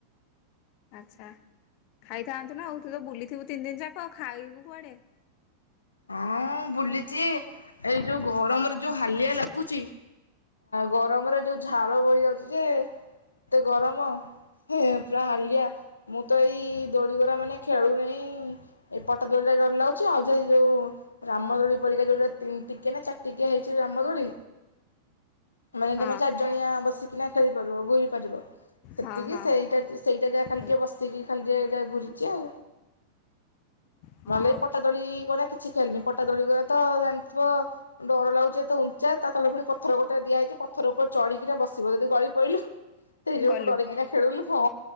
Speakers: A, on the left; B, on the left.
A: ଆଚ୍ଛା ଖାଇଥାନ୍ତୁ ନା ତୁ ତ ବୁଲିଥିବୁ ତିନି ଦିନ ଯାକ ଖାଇବୁ କୁଆଡେ।
B: ହଁ ବୁଲିଚି ଏଇ ଯୋଉ ଗରମରେ ଯୋଉ ହାଲିଆ ଲାଗୁଛି ଗରମରେ ଯୋଉ ଝାଳ ବହି ଯାଉଛି ଯେ ଏତେ ଗରମ ପୁରା ହାଲିଆ ମୁଁ ତ ଏଇ ଦୋଳି ଗୋରା ମାନେ ଖେଳୁନି ଏଇ ପଟା ଦୋଳିଟା ଡର ଲାଗୁଛି ଆଉ। ଯୋଉ ରାମଦୋଳି ପରିକା ଯୋଉଟା ତିନି ଟିକିଆ ନା ଚାରି ଟିକିଆ ହେଇଛି ରାମଦୋଳି ମାନେ
A: ହଁ
B: ଜମା ଚାରି ଜଣିଆ ବସିକିନା ଖେଳିପାରିବ ଘୂରି ପାରିବ ସେତିକି
A: ହଁ ହଁ
B: ସେଇଟା ସେଇଟା ଯାହା ଖାଲି
A: ଆଇ
B: ଟିକେ ବସିକି ଖାଲି ଟିକେ ଯାହା ଘୂରିଛି ଆଉ
A: ହଁ
B: ନହେଲେ ଏଇ ପଟାଦୋଳି ସେ ଗୁରା କିଛି ଖେଳିନି। ପଟା ଦୋଳି ଗୁରା ତ ଜାଣିଥିବ ଡର ଲାଗୁଛି ଇଏ ତ ଉଞ୍ଚା ତା ତଳେ ପୁଣି ପଥର ଗୋଟେ ଦିଆ ହେଇଛି ପଥର ଉପରେ ଚଢିକିନା ବସିବ ଯଦି ଗଳି ପଇଲୁ ସେଇ ଯୋଗୁ
A: ଗଲୁ
B: ମୁଁ ଡରିକିନା ଖେଳୁନି ହଁ।